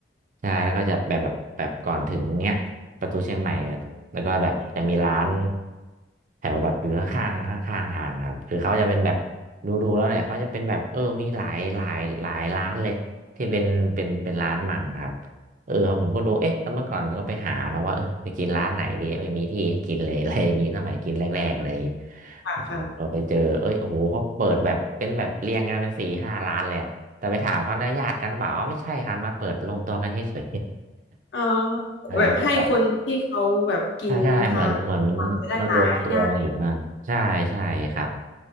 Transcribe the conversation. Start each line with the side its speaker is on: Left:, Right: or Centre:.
Right: ใช่แล้วก็จะแบบแบบแบบก่อนถึงเนี้ยประตูเชียงใหม่อะแล้วก็แบบจะมีร้านแถวแบบอยู่ข้างข้างข้างข้างทางครับคือเขาจะเป็นแบบดูดูแล้วเนี่ยเขาจะเป็นแบบเออมีหลายหลายหลายร้านเลยที่เป็นเป็นเป็นร้านมังครับเออผมก็ดูเอ๊ะแต่เมื่อก่อนก็ไปหาแล้วว่าเออไปกินร้านไหนดีไม่มีที่ให้กินเลย <laughs> อะไรอย่างงี้สมัยกินแรกๆอะไรอย่างงี้
Left: ค่ะค่ะ
Right: เออเราไปเจอเอ้ยโอ้โหเขาเปิดแบบเป็นแบบเรียงกันเป็นสี่ห้าร้านเลยอะ แต่ไปถามเขานะญาติกันหรือเปล่าอ๋อไม่ใช่ครับมาเปิดรวมตัวกันเฉย
Left: เอ่อ
Right: ๆ <laughs> อะว่าแบบ
Left: แบบให้คนที่เขาแบบกินทาง
Right: ใช่ใช่เหมือนเหมือน
Left: จะได้หาง่าย
Right: มันรวมตัวกันอยู่นั่นใช่ใช่ครับ